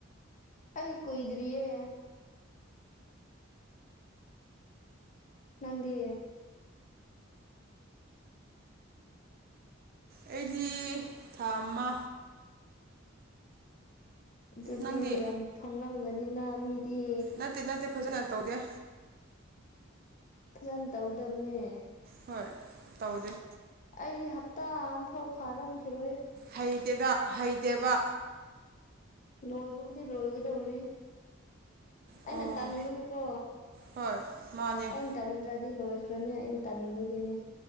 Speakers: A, on the left (about 40°); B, on the right (about 45°).
A: ꯑꯩ ꯀꯨꯏꯗ꯭ꯔꯤꯌꯦ ꯅꯪꯗꯤ
B: ꯑꯩꯗꯤ ꯊꯥ ꯑꯃ
A: ꯑꯗꯨꯗꯤ
B: ꯅꯪꯗꯤ
A: ꯌꯥꯝ ꯐꯪꯂꯝꯒꯅꯤꯅ ꯃꯤꯗꯤ
B: ꯅꯠꯇꯦ ꯅꯠꯇꯦ ꯐꯖꯅ ꯇꯧꯗꯦ
A: ꯐꯖꯅ ꯇꯧꯗꯕꯅꯦ
B: ꯍꯣꯏ ꯇꯧꯗꯦ
A: ꯑꯩ ꯍꯞꯇꯥ ꯑꯃꯐꯥꯎ ꯐꯥꯔꯝꯈꯤꯔꯣꯏ
B: ꯍꯩꯇꯦꯗ ꯍꯩꯇꯦꯕ
A: ꯂꯣꯏꯕꯕꯨꯗꯤ ꯂꯣꯏꯒꯗꯧꯔꯤ ꯑꯩꯅ
B: ꯑꯣ
A: ꯇꯟꯕꯒꯤꯀꯣ
B: ꯍꯣꯏ ꯃꯥꯅꯦ
A: ꯑ ꯇꯟꯗ꯭ꯔꯗꯤ ꯂꯣꯏꯈ꯭ꯔꯅꯤ ꯑꯩꯅ ꯇꯟꯕꯒꯤꯅꯤ